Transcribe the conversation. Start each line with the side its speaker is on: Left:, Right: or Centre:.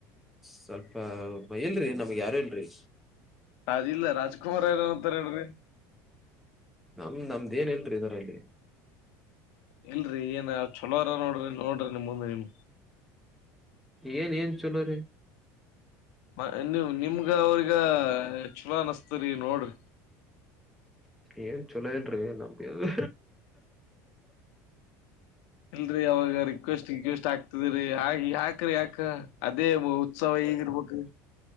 Centre: ಸ್ವಲ್ಪ ಭಯಿಲ್ರಿ ನಮ ಗಯಾರಿಲ್ರಿ
Left: ಅದಿಲ್ಲ ರಾಜ್ಕುಮಾರ್ ಏನನ್ಂತಾರ ಹೇಳ್ರಿ.
Centre: ನಮ್ ನಮ್ದೆನ್ ಇಲ್ರ್ರಿ ಇದರಲ್ಲಿ.
Left: ಇಲ್ರಿ ಏನ್ ಚಲೋರ ನೋಡ್ರಿ ನೋಡ್ರಿ ನಿಮುಂದೆ ನಿಮ್.
Centre: ಏನ್ ಏನ್ ಚಲೋರಿ.
Left: ಮ ನೀ ನಿಮ್ಗ ಅವ್ರಗ. ಚಲೊ ಅನಸ್ತರಿ ನೋಡ್ರಿ.
Centre: ಏನ್ ಚಲೋ ಇಲ್ರಿ ನಂಬಿಯದು.
Left: ಇಲ್ರಿ ಅವಾಗ ರಿಕ್ವೆಸ್ಟ್ ಇಕ್ವೆಸ್ಟ್ ಆಗ್ತದ್ರರಿ ಆ ಯಾಕ್ರಿ ಯಾಕ ಅದೇ ಉತ್ಸವ ಈಗಿರ್ಬಕು.